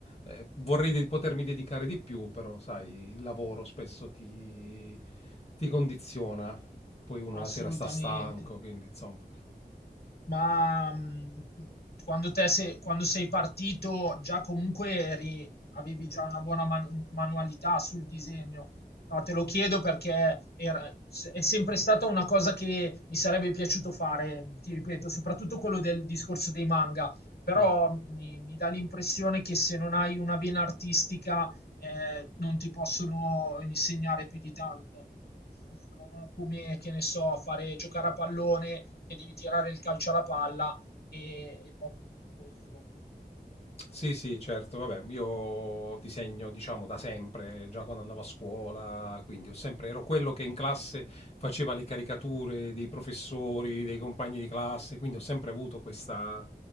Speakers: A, on the left; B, on the left.
A: Eh, vorrei de- potermi dedicare di più, però sai, il lavoro spesso ti, ti condiziona. Poi uno la
B: Assolutamente.
A: sera sta stanco, quindi insomma.
B: Ma mh, quando, te se- quando sei partito già comunque eri- avevi già una buona man- manualità sul disegno. No, te lo chiedo perché era- se- è sempre stata una cosa che mi sarebbe piaciuto fare, ti ripeto, soprattutto quello del discorso dei manga, però
A: Mm.
B: mi, mi dà l'impressione che se non hai una vena artistica eh, non ti possono insegnare più di tanto. Nel senso, non è come, che ne so, fare giocare a pallone che devi tirare il calcio alla palla e e poco di più, insomma.
A: Sì, sì, certo, vabbè, io disegno, diciamo, da sempre, già quando andavo a scuola, quindi ho sempre, ero quello che in classe faceva le caricature dei professori, dei compagni di classe, quindi ho sempre avuto questa